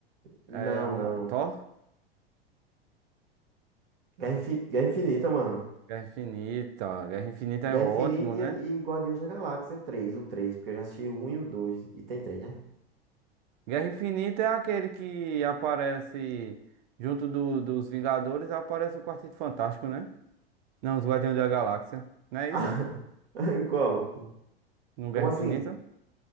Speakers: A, on the right (about 65°); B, on the right (about 50°).
A: Não,
B: É, uma,
A: não.
B: Thor?
A: Guerra, Infi- Guerra Infinita, mano.
B: Guerra Infinita. Guerra Infinita
A: Guerra
B: é ótimo,
A: Infinita
B: né?
A: e, e Guardiões da Galáxia 3 o três porque eu já assisti o 1 e o dois E tem três né?
B: Guerra Infinita é aquele que aparece junto do- dos Vingadores, aparece o Quarteto Fantástico, né? Não, os Guardiões da Galáxia. Não
A: <laughs>
B: é
A: Ah,
B: isso?
A: Em Qual?
B: No
A: Como
B: Guerra
A: assim?
B: Infinita?